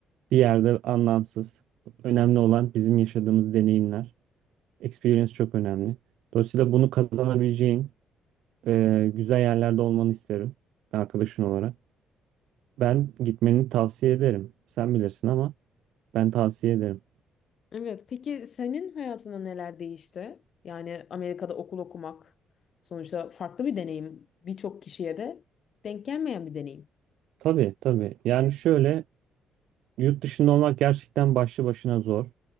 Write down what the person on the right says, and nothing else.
bir yerde anlamsız. Önemli olan bizim yaşadığımız deneyimler. Experience çok önemli. Dolayısıyla bunu kazanabileceğin e, güzel yerlerde olmanı isterim arkadaşın olarak. Ben gitmeni tavsiye ederim. Sen bilirsin ama ben tavsiye ederim.
Tabii tabii. Yani şöyle yurt dışında olmak gerçekten başlı başına zor.